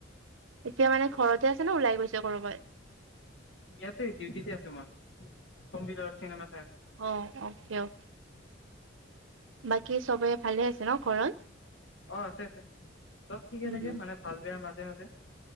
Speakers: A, on the right (about 85°); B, on the left (about 70°).
A: এতিয়া মানে ঘৰতে আছে ন ওলাই গৈছে কৰ'বাত?
B: ইয়াতে ডিউটিতে আছে মই, কম্পিউটাৰত চিনেমা চাই আছো।
A: অ' অকে অ'। বাকী চবে ভালে আছে ন ঘৰত?
B: অ' আছে আছে চব ঠিকে
A: উম
B: থাগে মানে ভাল বেয়া মাজে মাজে।